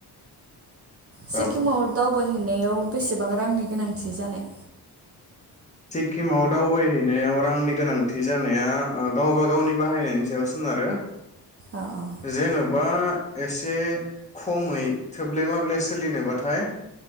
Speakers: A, on the right; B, on the left.
A: सिकिमाव
B: औ
A: दाव बायहैनायाव बेसेबां रांनि गोनांथि जानाय
B: सिक्किमाव दावबायहैनायाव रांनि गोनांथि जानाया ओ गावबा गावनि बाहायनायनि सायाव सोनारो
A: अ अ
B: जेन बा एसे खमै थोब्ले माब्ले सोलिनोबाथाय